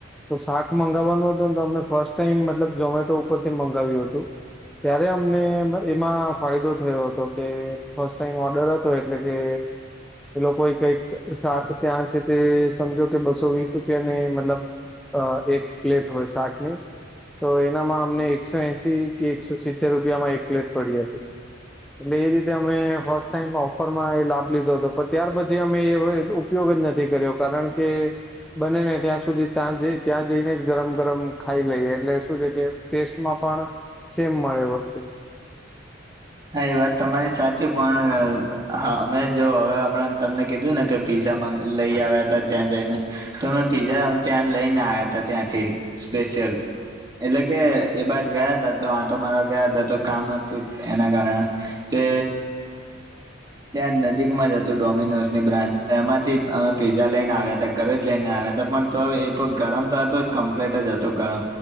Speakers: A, in the centre; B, on the right (about 20°).
A: તો શાક મંગાવવાનું હતું ને તો અમને ફર્સ્ટ ટાઈમ મતલબ ઝોમેટો ઉપરથી મંગાવ્યું હતું ત્યારે અમને એમાં ફાયદો થયો હતો કે ફસ્ટ ટાઈમ ઓર્ડર હતો એટલે કે કોઈ કઈક શાક ત્યાં છે તે સમજો કે બસો વીસ રૂપિયાને મતલબ અ એક પ્લેટ હોય શાકની તો એનામાં અમને એકસો એસી કે એકસો સિત્તેર રૂપિયામાં એક પ્લેટ પડી હતી એટલે એ રીતે અમે ફર્સ્ટ ટાઈમ ઓફર માં એ લાભ લીધો હતો પણ ત્યાર પછી થી અમે એ ઉપયોગ જ નથી કર્યો કારણ કે બને ને ત્યાં સુધી ત્યાં જ ત્યાં જઈને જ ગરમ ગરમ ખાઈ લઈએ એટલે શું છે કે ટેસ્ટમાં પણ સેમ મળે વસ્તુ
B: હા એ વાત તમારી સાચી પણ હા અમે જો હવે હમણાં તમને કીધું ને કે પીઝા લઈ આવ્યા હતા ત્યાં જઈને તો અમે પીઝા ત્યાં લઈને આવ્યા હતા ત્યાંથી સ્પેશિયલ એટલે કે એ બાજુ ગયા ત તો આંટો મારવા ગયા હતા તો કામ હતું એના કારણે જે ત્યાં નજીકમાં જ હતું ડોમિનોસ ની બ્રાન્ચ એમાંથી અમે પીઝા લઈને આવ્યા હતા ઘરે જ લઈને આવ્યા પણ તો હવે એ ગરમ તો હતો જ કમ્પ્લીટ જ હતો ગરમ